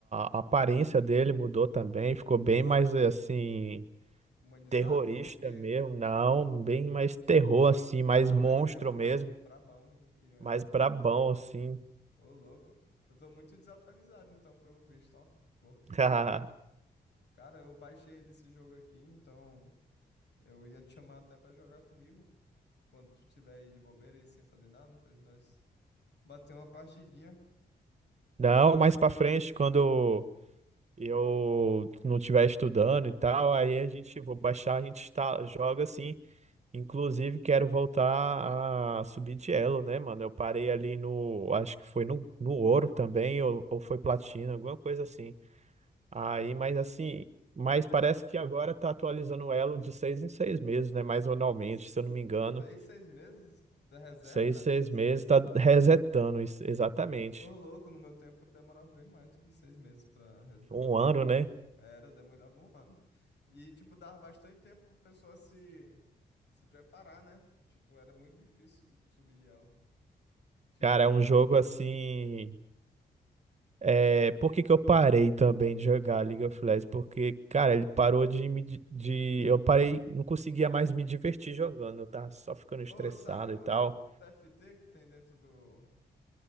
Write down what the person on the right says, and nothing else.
a a aparência dele mudou também, ficou bem
mais assim,
terrorista
mesmo, não,
bem mais terror assim, mais
monstro
mesmo,
mais brabão assim.
<laughs>
Não, mais pra frente, quando eu não estiver estudando e tal, aí a gente, vou baixar, a gente está, joga assim. Inclusive, quero voltar a subir de elo, né, mano? Eu parei ali no, acho que foi no, no ouro também, ou, ou foi platina, alguma coisa assim. Aí, mas assim, mas parece que agora tá atualizando o elo de seis em seis meses, né? Mais anualmente,
se eu não me engano.
Seis, seis
meses,
tá resetando isso, exatamente.
Um
ano,
né?
Cara,
é um jogo assim. É, por que que eu parei também de jogar League of Legends? Porque, cara, ele parou de me. di- De, eu parei, não conseguia mais me divertir jogando, eu tava só ficando estressado
e tal.